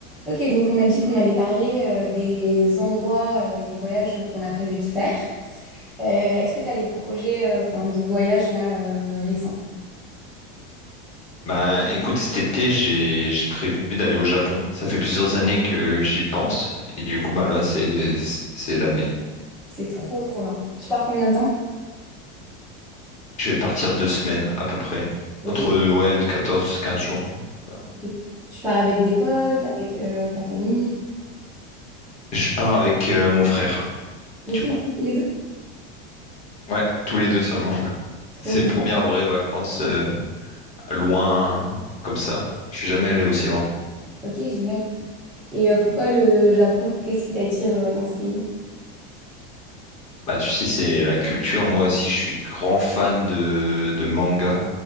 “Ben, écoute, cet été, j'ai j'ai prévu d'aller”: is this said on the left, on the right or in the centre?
Left